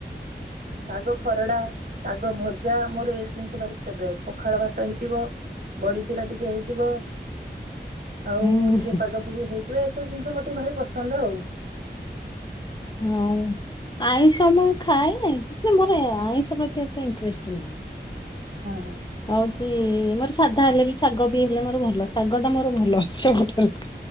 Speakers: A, on the right; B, on the left.
A: ଶାଗ ଖରଡା ଶାଗ ଭଜା ମୋର ଏଇ ଜିନିଷ ଭାରି ଫେବରାଇଟ। ପଖାଳ ଭାତ ହେଇଥିବ, ବଡିଚୁରା ଟିକେ ହେଇ ଥିବ ଆଉ
B: ହୁଁ
A: ଟିକେ ପାଗ ପୁଗି ହେଇଥିବ। ଏସବୁ ଜିନିଷ ମୋର ଟିକେ ଭାରି ପସନ୍ଦ ଆଉ।
B: ମୁଁ, ଆଇଁଷ ମୁଁ ଖାଏ ମୋର ଆଇଁଷ ପ୍ରତି ଏତେ ଇଣ୍ଟରେଷ୍ଟ ନୁହଁ।
A: ହଁ।
B: ଆ ହଉଛି-ଇ-ଇ-ଇ ମୋର ସାଧା ହେଲେ ବି ଶାଗ ବିି ହେଲେ ମୋର ଭଲ ଶାଗ ଟା ମୋର ଭଲ ସବୁଠାରୁ।